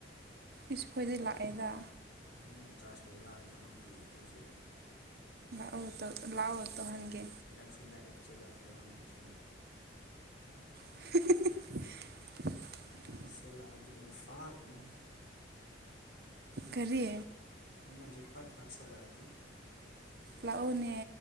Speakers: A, on the right; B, on the left.
A: ꯏꯁ ꯈꯣꯏꯗꯩ ꯂꯥꯛꯑꯦꯗ
B: ꯅꯣꯏꯗ ꯆꯥꯔꯖ ꯇꯧꯕ ꯂꯥꯛꯑꯁꯤꯔ ꯍꯪꯗꯦ ꯑꯗꯨꯗꯤ ꯍꯧꯖꯤꯛ ꯑꯩ
A: ꯑꯧ ꯇꯧ ꯂꯥꯛꯑꯣ ꯇꯧꯍꯟꯒꯦ
B: ꯅꯛꯁꯨ ꯅꯛꯏ ꯆꯦꯜꯂꯛ ꯁꯤꯔꯥ ꯍꯪꯗꯦ ꯁꯪꯕꯏ
A: <inaudible>
B: ꯁꯦꯜꯂꯛꯑꯗꯤ ꯑꯩꯅꯥ ꯐꯥꯛ ꯑꯩꯅꯥ ꯍꯧꯖꯤꯛ
A: ꯀꯔꯤ
B: ꯑꯩꯅ ꯍꯧꯖꯤꯛ ꯐꯠ ꯂꯥꯛꯁꯜꯂꯛꯑꯗꯤ
A: ꯂꯥꯛꯑꯣꯅꯦ